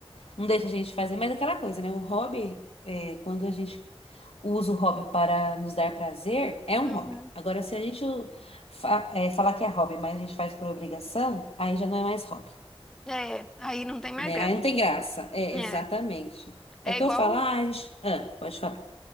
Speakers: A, on the left (about 80°); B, in the centre.
A: não deixa a gente fazer, mas é aquela coisa, né? O hobby, é, quando a gente usa o hobby para nos dar prazer, é um
B: Uhum.
A: hobby. Agora, se a gente fa- é, falar que é hobby, mas a gente faz por obrigação, aí já não é mais hobby,
B: É, aí não tem mais
A: né?
B: graça.
A: Aí não tem graça. É,
B: É,
A: exatamente.
B: é
A: É o que
B: igual,
A: eu falo. Ah, a gente... ah, pode falar.